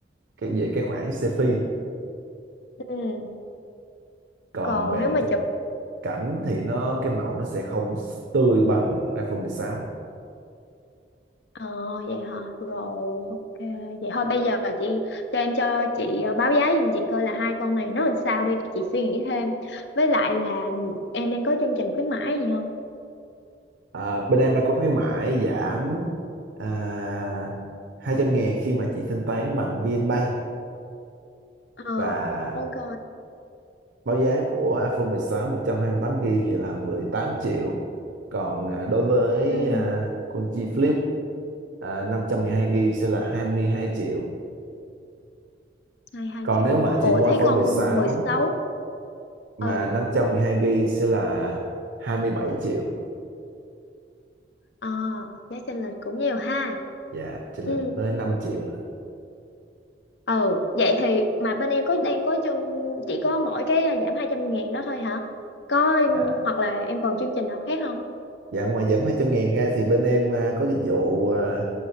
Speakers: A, on the right (about 85°); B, on the left (about 75°).
A: cái về cái khoảng selfie
B: ừ,
A: còn
B: còn
A: về
B: nếu mà
A: chụp
B: chụp
A: cảnh thì nó cái màu nó sẽ không tươi bằng iPhone 16
B: ờ, vậy hả rồi ok vậy thôi bây giờ chị cho em cho chị ờ, báo giá giùm chị coi là hai con này nó làm sao đi để chị suy nghĩ thêm với lại là em đang có chương trình khuyến mãi gì không
A: à, bên em đã có khuyến mãi giảm à, hai trăm ngàn khi mà chị thanh toán bằng VNPay
B: ờ
A: và
B: ok
A: báo giá của iPhone 16 128 GB thì là mười tám triệu còn à, đối với
B: ừ
A: à, con chi Flip à, 512 GB sẽ là hai mươi hai triệu
B: hai hai
A: còn
B: triệu
A: nếu mà chị
B: ủa
A: mua
B: thấy
A: iPhone
B: con
A: mười sáu
B: mười sáu.
A: mà
B: ừ
A: 512 GB sẽ là hai mươi bảy triệu
B: ờ giá chênh lệch cũng nhiều ha
A: dạ chênh
B: ừ
A: lệch tới 5 triệu lận
B: ừ vậy thì mà bên em có đang có chương chỉ có mỗi cái à, giảm hai trăm ngàn đó thôi hả có
A: Dạ,
B: hoặc là em còn chương trình nào khác không
A: dạ ngoài giảm hai trăm ngàn ra thì bên em à, có dịch vụ à,